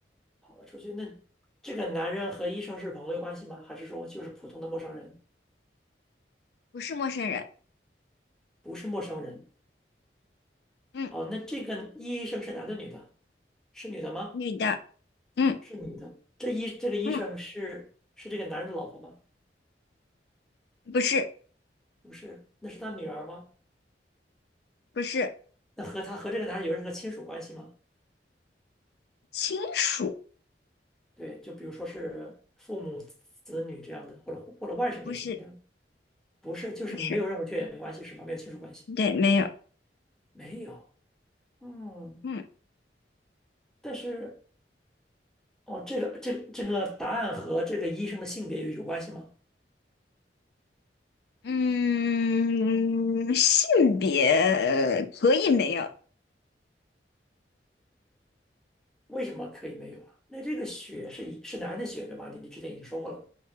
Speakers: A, in the centre; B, on the left.
A: 跑了出去。那这个男人和医生是朋友关系吗？还是说就是普通的陌生人？
B: 不是陌生人，
A: 不是陌生人。
B: 嗯，
A: 哦，那这个医生是男的女的？是女的吗？
B: 女的，嗯
A: 是女的。这医这个医生是是这个男人的老婆吗？
B: 嗯，不是
A: 不是，那是他女儿吗？
B: 不是
A: 那和他和这个男人有任何亲属关系吗？
B: 亲属，
A: 对，就比如说是父母、子女这样的，或者或者外甥也行，
B: 不是
A: 这样不是就是没有任何血缘关系是吧？
B: 不是，
A: 没有亲属关系，
B: 对，没有，
A: 没有。嗯，
B: 嗯
A: 但是哦，这个这个这个答案和这个医生的性别有有关系吗？
B: 嗯，性别呃可以没有。
A: 为什么可以没有啊？那这个血是一是男人的血对吧？你你之前已经说过了，